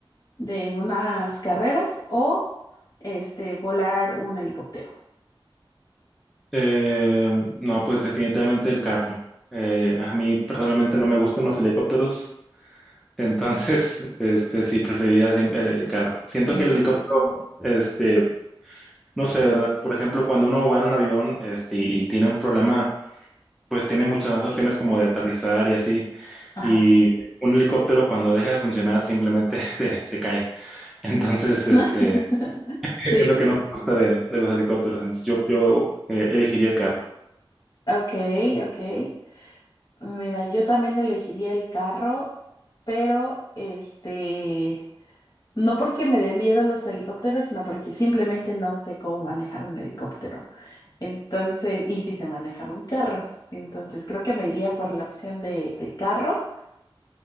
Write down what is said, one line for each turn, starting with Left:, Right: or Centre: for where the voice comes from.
Left: de en unas carreras o este, volar un helicóptero?
Centre: Eh, no, pues definitivamente el carro. Eh, a mí personalmente no me gustan los helicópteros, entonces, <laughs> este, sí preferiría siempre el, el carro. Siento
Left: El
Centre: que el helicóptero,
Left: ca-
Centre: este, no sé, ¿verdad? Por ejemplo, cuando uno va en un avión, este, y tiene un problema, pues tiene muchas más opciones como de aterrizar y así.
Left: Ajá.
Centre: Y un helicóptero cuando deja de funcionar simplemente <laughs> te- se cae. Entonces, este,
Left: <laughs>
Centre: e-,
Left: Sí.
Centre: es lo que no me gusta de, de los helicópteros. Entonces, yo, yo eh, elegiría el carro.
Left: Ok, ok. Mira, yo también elegiría el carro, pero este, No porque me den miedo los helicópteros, sino porque simplemente no sé cómo manejar un helicóptero. Entonces, y si sé manejar un carro. Entonces, creo que me iría por la opción de, de carro,